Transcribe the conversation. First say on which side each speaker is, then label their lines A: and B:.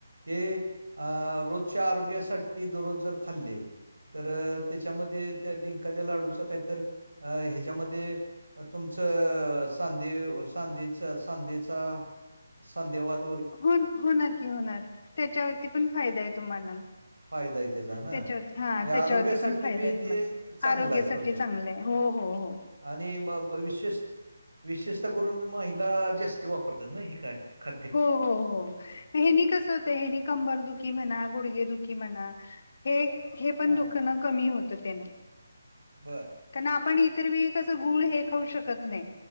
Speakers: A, on the right; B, on the left.
A: हे अं रोजच्यां आरोग्यांसाठी दररोज जरं खांल्ले. तरं त्यांच्यामध्ये त्यां डिंकाच्या लांडूचं कांहीतरी अं त्यांच्यामध्ये तुमचं साधेच्यां संधीचा संधिवांत
B: हो होणारं की होणारं त्यांच्यावरची पणं फायंदा आहे तुम्हांला
A: फायदा आहे त्याचा ना?
B: त्यांच्यावरची हां
A: म्हणजे
B: त्यांच्यावरची
A: आरोग्यासाठी
B: पणं फायंदा
A: बी
B: आहे तुम्हांला
A: ते चांगलं
B: आरोग्यां
A: आहे
B: सांठी
A: थोडक्यात
B: चांगलंय हो हो हो
A: आणि मंग विशेष विशेषतः करूंन महिला जांस्ती वापरतांत नां हे कायं खांद्य
B: हो हो हो हेनी कसं होतं हेनी कंबर दुखी म्हणां गुडगे दुखी म्हणां हे हे पणं
A: हा
B: दुखणं कमी होतं त्यांनी
A: बरं
B: कारणं आपणं इतरं वेळी कसं गुंळ हे खाऊं शकतं नाहीं